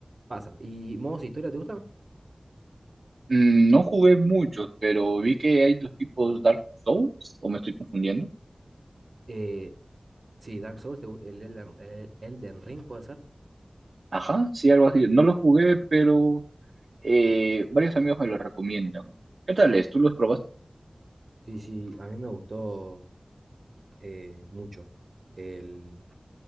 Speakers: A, on the right (about 70°); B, on the right (about 80°).
A: pasa. ¿Y modos de historia te gusta?
B: Mm, no jugué muchos, pero vi que hay los tipos Dark Souls, o me estoy confundiendo.
A: Eh, sí, Dark Souls, te gusta, el Elden, el Elden Ring puede ser.
B: Ajá, sí, algo así. No los jugué, pero eh, varios amigos me los recomiendan. ¿Qué tal es? ¿Tú los probaste?
A: Sí, sí, a mí me gustó. eh, mucho el,